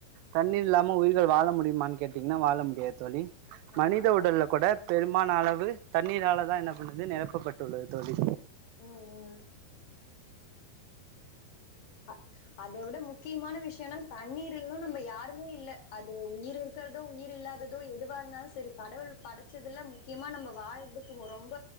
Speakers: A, on the right (about 85°); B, on the left (about 55°).
A: தண்ணீர் இல்லாம உயிர்கள் வாழ முடியுமானு கேட்டீங்கன்னா வாழ முடியாது தோழி
B: ஆமா
A: மனித உடல்ல
B: கண்டிப்பா
A: கூட பெருமான அளவு தண்ணீரால தா என்ன பண்ணுது நெரப்பப்பட்டுள்ளது தோழி
B: ம் ம் அ அத விட முக்கியமான விஷ்யனா தண்ணீர் இல்னா நம்ப யாருமே இல்ல அது உயிரு இருக் க்கறதோ உயிர் இல்லாததோ எதுவா இருந்தாலு சரி கடவுள் படைச்சதுல முக்கியமா நம்ம வாழ்றதுக்கு ரொம்ப